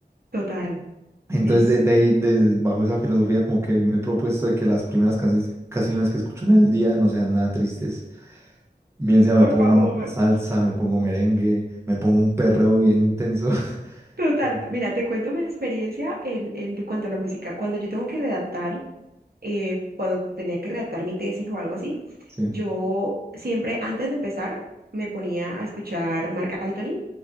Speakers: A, on the right; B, on the right.
A: total.
B: Entonces,
A: Es,
B: de, de ahí, de- bajo esa filosofía, como que me he propuesto de que las primeras canciones, canciones que escucho en el día no sean nada tristes. Bien sea me
A: por
B: pongo
A: favor,
B: una salsa, me pongo merengue, me pongo un perreo bien intenso. <laughs>
A: total.
B: Bueno,
A: Mira, te cuento mi experiencia en, en cuanto a la música. Cuando yo tengo que redactar, eh, cuando tenía que redactar mi tesis o algo así,
B: sí,
A: yo siempre antes de empezar me ponía a escuchar Marc Anthony